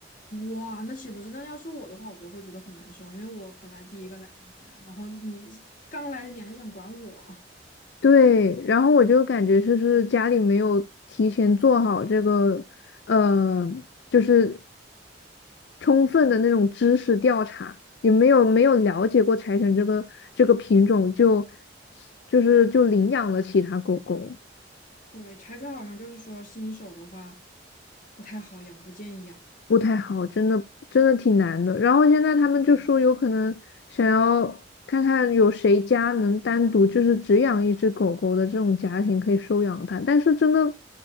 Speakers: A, on the left; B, on the left.
A: 哇，那岂不是？那要是我的话，我都会觉得很难受，因为我本来第一个来这个家，然后你刚来的你还想管我。
B: 对，然后我就感觉就是家里没有提前做好这个，呃，就是充分的那种知识调查，也没有没有了解过柴犬这个这个品种就，就是就领养了其他狗狗。
A: 对，柴犬好像就是说新手的话不太好养，不建议养。
B: 不太好，真的真的挺难的。然后现在他们就说有可能想要看看有谁家能单独就是只养一只狗狗的这种家庭可以收养它，但是真的